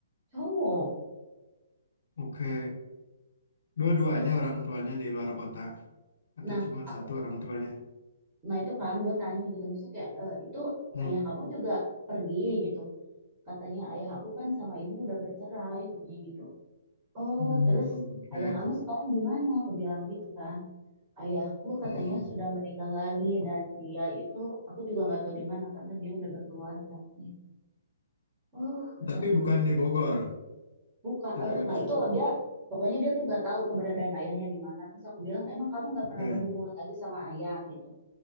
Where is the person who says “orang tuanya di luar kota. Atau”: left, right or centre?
Left